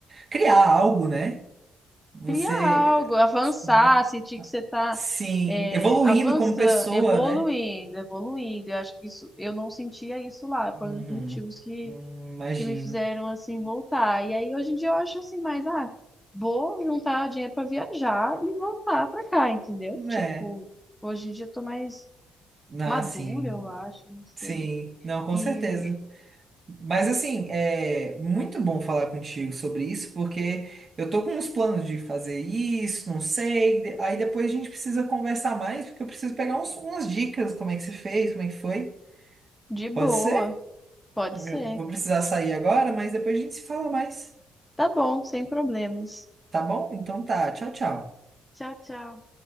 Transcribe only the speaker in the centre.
Criar algo, avançar,
sentir que você está
é,
avançando,
evoluindo,
evoluindo. Eu acho que isso, eu não sentia isso lá.
Foi um dos motivos que,
que me fizeram assim voltar. E aí hoje em dia eu acho assim, mas ah, vou juntar dinheiro para viajar e voltar para cá, entendeu?
Tipo, hoje em dia eu tô mais
madura,
eu acho, não
sei.
E
de boa,
pode
ser.
Tá bom, sem problemas.
Tchau, tchau.